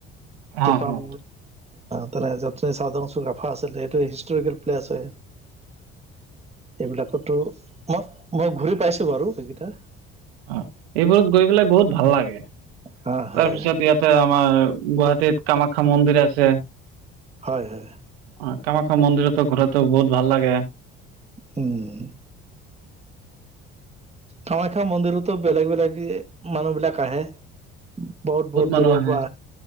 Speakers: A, on the right; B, on the right.
A: টিপাম
B: অ হয়
A: তেনে <unintelligible> আছিল এইটো হিষ্টৰিকেল প্লেচ আছে। এইবিলাকতো মই মই ঘূৰি পাইছো বাৰু সেইকেইটা।
B: অ, এইবোৰত গৈ পেলাই বহুত ভাল লাগে তাৰ
A: হা হয়
B: পিছত ইয়াত। আমাৰ গুৱাহাটীত কামাখ্যা মন্দিৰ আছে।
A: হয়, হয়।
B: অ' কামাখ্যা মন্দিৰতো ঘূৰাতো বহুত ভাল লাগে।
A: উম, কামাখ্যা মন্দিৰতো বেলেগ বেলেগ মানুহবিলাক আহে। বহুত বহুত
B: মানুহ
A: দূৰৰ
B: আহে
A: পৰা।